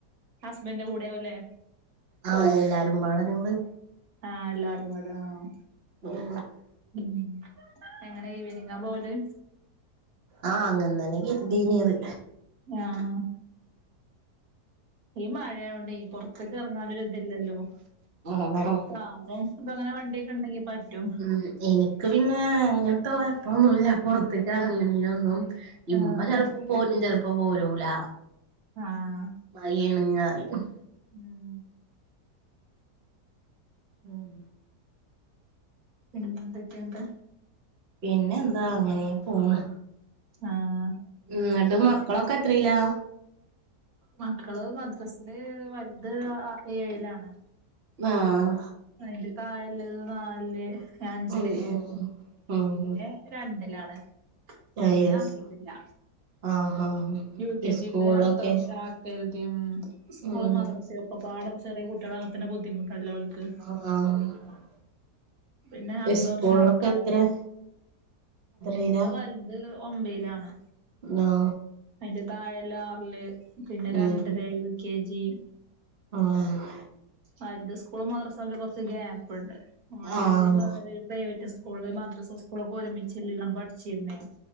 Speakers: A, on the right; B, on the right.
A: ഹസ്ബൻന്റെ കൂടെയാവുല്ലെ?
B: ആ എല്ലാരും പാഠഞങ്ങൾ
A: ആ എല്ലാരും പാടെ ആഹ്
B: ഉം
A: ഉം എങ്ങനെ ഈവനിങ്ങ പോവല്
B: ആ അങ്ങൻ തന്നെ കെരതീനിയെത്.
A: ആഹ് ഈ മഴയോണ്ടെ പോർത്ത്ക്ക് എർങ്ങാനോരു ഇതില്ലല്ലോ
B: അതാണ്
A: ആ അതെ എൻക്ക്പ്പോ അങ്ങനെ വണ്ടിയോക്കെ ഉണ്ടെങ്കി പറ്റും
B: മ്മ് എനിക്ക് പിന്നെ അങ്ങനത്തെ കുഴപ്പോന്നുല്ല പുറത്തെക്ക് എറെങ്ങണെനോന്നും ഇമ്മ
A: ആഹ്
B: ചെലപ്പം പോരും ചെലപ്പം പോരൂല്ല
A: ആഹ്
B: മഴ ആണ്ന്ന് പറയും
A: മ്മ്
B: ഉം
A: പിന്നെ എന്തക്കെണ്ട്
B: പിന്നെ എന്താ അങ്ങനെ പോണ്
A: ആഹ്
B: എന്നട്ട് മക്കളൊക്കെ എത്രെയിലാ
A: മക്കൾ മദ്രസില് വലുത് ആ ഏഴിലാണ്
B: ആഹ്
A: അയിന്റെ തായെയുള്ളത് നാലില് അഞ്ചില്
B: ഉം ഉം ഉം
A: പിന്നെ
B: ഉം
A: രണ്ടിലാണ് ചെറുതിനെ
B: ആ യെസ്
A: ആക്കിട്ടില്ല
B: ആഹ് ആഹ്
A: യു കെ
B: സ്കൂളിലൊക്കെ
A: ജില് അടുത്ത വർഷം ആ ദ്യം സ്കൂളും
B: ഉം
A: മദ്രസേം ഒക്കെ പാടം ചെറിയ കുട്ടിയളാവുമ്പതന്നെ ബുദ്ധിമുട്ടല്ലെ അവർക്ക്
B: ആഹ്
A: പിന്നെ അടുത്ത
B: സ്കൂൾലോക്കെ
A: വർഷം ആക്കാച്ചു
B: എത്ര <unintelligible>
A: വല്ത് ഒമ്പയിലാണ്
B: അള്ളാ
A: അയിന്റെ താഴെള്ളെ ആർല് പിന്നെ രണ്ട്
B: ഉം
A: പേര് യു കെ ജി
B: ആഹ്
A: അവർത് സ്കൂള് മദ്രസെല്ല കുറച്ച് ഗ്യാപ്പുണ്ട് <unintelligible>
B: ആഹ്
A: ആദ്യം വെറോരു പ്രൈവറ്റ് സ്കൂൾല് മദ്രാസ സ്കൂളോക്കെ ഒരുമിച്ചല്ലാണ് പഠിച്ചിരുന്നെ